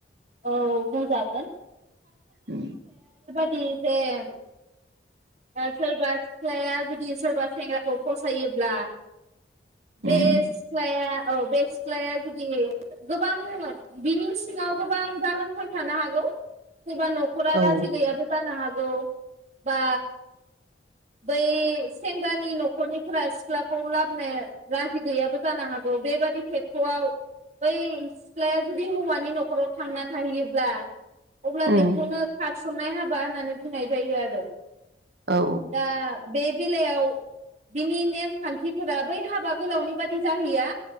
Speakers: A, on the right; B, on the right.
A: औ बुंजागोन
B: उम
A: बि जेम आसल बास फिसाया जुदि सोरबा सेंग्राखौ फसायोब्ला
B: उम
A: बे सिख्लाया औ बे सिख्लाया जुदि गोबां बिनि सिङाव गोबां जाहोनफोर थानो हागौ। सोरबा न'खरा राजि
B: औ
A: गैयाबो जानो हा ओ बा बै सेंग्रानि न'खरनिफोरा सिख्लाखौ लाबोनो राजि गैयाबो जानो हागौ बेबादि खेथ्रआव बै सिख्लाया जुदि हौवानि न'खराव थांना थाहैयोब्ला। अब्ला
B: उम
A: बेखौनो खारसननाय हाबाय बा होननानै बुंनाय जायो आरो।
B: औ
A: दा बे बेलायाव बिनि नेम खान्थिफोरा बै हाबा गोलावनि बादि जाहैया